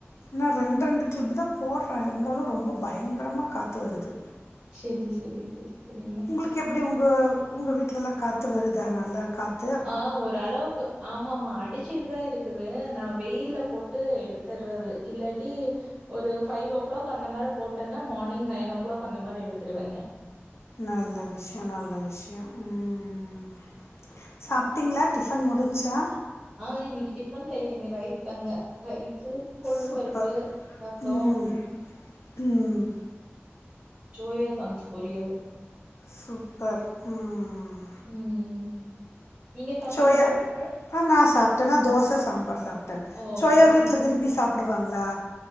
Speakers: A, on the left; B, on the right.
A: நா ரெண் ரெண்டு கிளிப்பு தா போட்றே இருந்தாலு ரொம்ப பயங்கரமா காத்து வருது
B: செரி செரி செரி செரிங்க
A: உங்களுக்கு எப்டி உங்க உங்க வீட்லல்லா காத்து வருதா நல்லா காத்
B: ஆ ஓரளவுக்கு ஆமா ஆமா அடிச்சுட்டு தான் இருக்கு இருக்குது நான் வெயில போட்டு எடுத்துடுறது இல்லாட்டி ஒரு ஃபைவ் ஓ கிளாக் அந்த மாதிரி போட்டேன்னா மார்னிங் நைன் ஓ கிளாக் அந்த மாதிரி எடுத்துடுவாங்க
A: நல்ல விஷயம் நல்ல விஷயம் ம் சாப்பிட்டிங்களா டிஃபன் முடிஞ்சுச்சா
B: ஆ இன்னைக்கு டிஃபன் செய்லைங்க ரைஸ் தாங்க ரைஸ்ஸு கொள்ளு
A: சூப்பர்
B: பருப்பு ரசம்
A: ம் ம்
B: சோயா சாங்ஸ் பொறியல்
A: சூப்பர் ம்ம்ம்
B: ம் ம் நீங்க சாப்பிட்டீங்களா?
A: சோயா ஆ நான் சாப்ட்டேன நா தோசை சாம்பார் சாப்ட்டேன்
B: ஓ!
A: சோயா
B: சரி.
A: வீட்டல விரும்பி சாப் பிடுவாங்களா